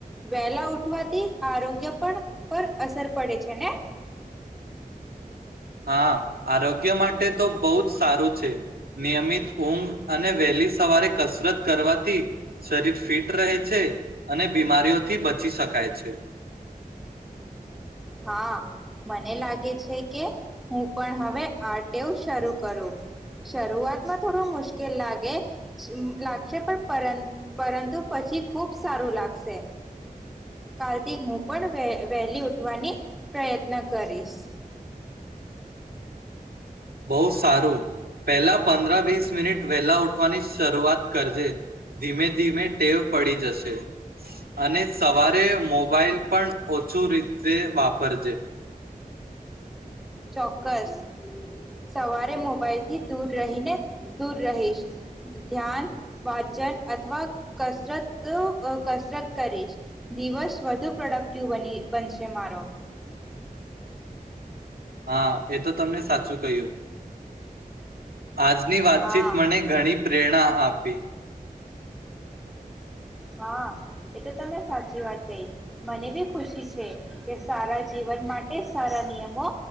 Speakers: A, in the centre; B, on the right.
A: વેલા ઉઠવાથી આરોગ્ય પણ પર અસર પડે છે ને?
B: હા, આરોગ્ય માટે તો બોવ જ સારું છે. નિયમિત ઊંઘ અને વેલી સવારે કસરત કરવાથી શરીર ફિટ રહે છે અને બીમારીઓથી બચી શકાય છે.
A: હા, મને લાગે છે કે હું પણ હવે આ ટેવ શરૂ કરું. શરૂઆતમાં થોડું મુશ્કેલ લાગે સ અં લાગશે પણ પરં પરંતુ પછી ખુબ સારું લાગશે. કાલથી હું પણ વેહ વેહલી ઉ ઠવાની પ્રયત્ન કરીશ.
B: બોવ સારું પેલા પંદ્રા વીસ મિનિટ વેહલા ઉઠવાની શરૂઆત કરજે. ધીમે ધીમે ટેવ પડી જશે અને સવા રે મોબાઈલ પણ ઓછું રી તે વાપરજે.
A: ચોક્કસ, સવારે મોબાઈલથી દૂર રહીને દૂર રહીશ. ધ્ ધ્યાન વાચન અથવા કસરત અ કસરત કરીશ. દિવસ વધુ પ્રોડક્ટિવ બની બનશે મારો.
B: હા, એ તો તમને સાચું કહ્યું. આજની વાતચીત
A: હા
B: મને ઘણી પ્રેર ણા આપી.
A: હા, એ તો તમે સાચી વાત કહી. મને બી ખુશી છે કે સારા જીવન માટે સારા નિયમો